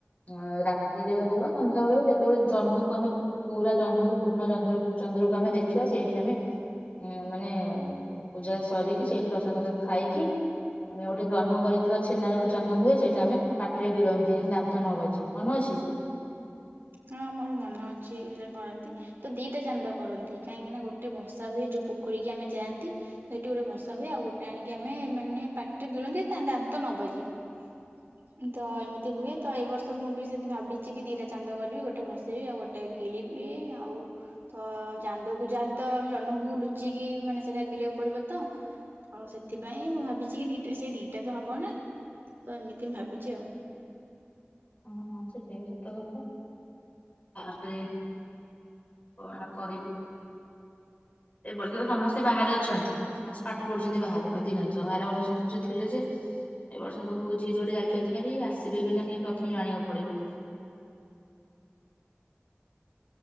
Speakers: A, on the left (about 35°); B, on the right (about 60°).
A: ଅ ରାତିରେ ହଉ ବା ସନ୍ଧ୍ୟାବେେଳେ ହଉ ଯେତେବେଳେ ଜହ୍ନକୁ ଆମେ ପୁରା ଜହ୍ନକୁ ପୂର୍ଣ୍ଣ ଚନ୍ଦ୍ରକୁ ଚନ୍ଦ୍ରକୁ ଆମେ ଦେଖିବା ସେଇଠି ଆମେ ଉ ମାନେ ପୂଜା ସରିକି ସେଇଠି ପ୍ରସାଦ ଫ୍ରସାଦ ଖାଇକି ଆମେ ଗୋଟେ ଜହ୍ନ କରିଥିବା ଛେନାରେ ଗୋଟେ ଜହ୍ନ ହୁଏ ସେଇଟା ଆମେ ପାଟିରେ ଗିଳନ୍ତି ଯେମତି ଦାନ୍ତ ନ ବାଜିବ ମନେ ଅଛି।
B: ହଁ ମୋର ମନ ଅଛି ଏଇଟା କରନ୍ତି ତ ଦିଟା ଚାନ୍ଦ କରନ୍ତି କାହିଁକି ନା ଗୋଟେ ଭସା ହୁଏ ଯୋଉ ପୋଖରୀ କି ଆମେ ଯାଆନ୍ତି। ସେଇଠି ଗୋଟେ ଭସା ହୁଏ ଆଉ ଗୋଟେ ଆଣିକି ଆମେ ଆମେ ମାନେ ପାଟିରେ ଗିଳନ୍ତି ତ ଦାନ୍ତ ନ ବଜେଇ ତ ଏମିତି ହୁଏ ତ ଏଇ ବର୍ଷ ମୁଁ ବି ସେମିତି ଭାବିଛି କି ଦିଟା ଚାନ୍ଦ ଚାନ୍ଦ କରିବି ଗୋଟେ ଭସେଇବି ଆଉ ଗୋଟେ ଗିଳିବି ଆଉ ତ ଚାନ୍ଦକୁ ଯାହେଲେ ତ ଆମେ ଜହ୍ନକୁ ଲୁଚେଇକି ମାନେ ସେଟା ଗିଳିବାକୁ ପଡିବ ତ ତ ସେଥିପାଇଁ ମୁଁ ଭାବିଛି କି ଦିଟା ସେଇ ଦିଟା ତ ହବ ନା ତ ଏମିତି ମୁଁ ଭାବିଛି ଆଉ।
A: ହଁ ହଁ ସେଟା ବି ସତ କଥା ତାପରେ କଣ ଆଉ କରିବି ଏ ବର୍ଷ ତ ସମସ୍ତେ ବାହାରେ ଅଛନ୍ତି ସମସ୍ତେ ପାଠ ପଢୁଛନ୍ତି ବାହାରେ ଅଧିକାଂଶ ଆର ବର୍ଷ ସମସ୍ତେ ଥିଲେ ଯେ ଏ ବର୍ଷ ସବୁ ଯିଏ ଯୁଆଡେ ଯାଇଛନ୍ତି ଖାଲି ଆସିବେ ବି ନାହିଁ। ଜାଣିବାକୁ ପଡିବ।